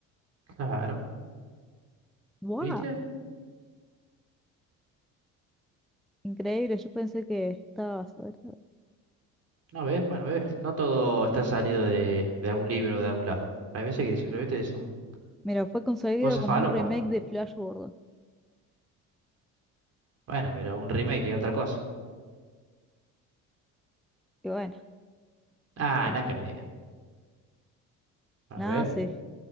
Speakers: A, on the right; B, in the centre.
A: Claro.
B: ¡Wow!
A: ¿Viste?
B: Increíble, yo pensé que estaba basado en algo.
A: No ves, bueno, ves, no todo está salido de, de algún libro o de algún lado. Hay veces que simplemente son
B: Mira, fue concebido
A: cosas
B: como
A: falopas.
B: un remake de Flash Gordon.
A: Bueno, pero un remake es otra cosa.
B: Y bueno,
A: Ah,
B: pasa.
A: nada que ver. Bueno,
B: Nada,
A: ¿ves?
B: sí.